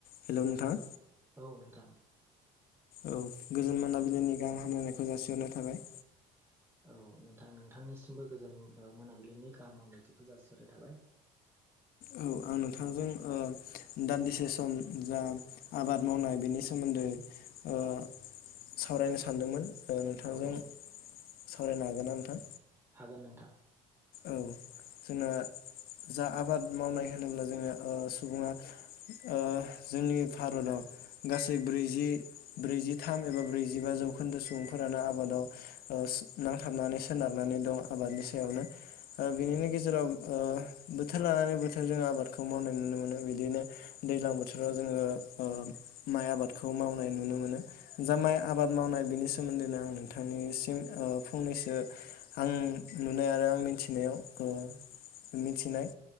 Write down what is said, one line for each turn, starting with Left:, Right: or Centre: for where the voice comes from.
Left: Hello नोंथां।
Right: औ नोंथां।
Left: औ गोजोन मोनाबिलिनि गाहाम हामलायनायखौ जासिहरनाय थाबाय।
Right: औ नोंथां नोंथांनिसिमबो गोजान ओ मोनाबिलिनि गाहाम हामलायथिखौ जासिहरनाय थाबाय।
Left: औ आं नोंथांजों ओ दान्दिसे सम जा आबाद मावनाय बेनि सोमोन्दै ओ सावरायनो सानदोंमोन। ओ नोंथांजों
Right: औ औ
Left: सावरायनो हागोन ना नोंथां?
Right: हागोन नोंथां।
Left: औ जोंना जा आबाद मावनाय होनोब्ला जोङो ओ सुबुङा ओ जोंनि भारतआव गासै ब्रैजि ब्रैजिथाम एबा ब्रैजिबा जौखोन्दो सुबुंफोरानो आबादाव ओ स नांथाबनानै सोनारनानै दं आबादनि सायावनो। ओ बिनिनो गेजेराव ओ बोथोर लानानै बोथोर जोङो आबादखौ मावनाय नुनो मोनो बिदिनो दैज्लां बोथोराव जोङो ओ माइ आबादखौ मावनाय नुनो मोनो जा माइ आबाद मावनाय बिनि सोमोन्दैनो आं नोंथांनिसिम ओ फंनैसो आं नुनाय आरो आं मिन्थिनायाव ओ मिन्थिनाय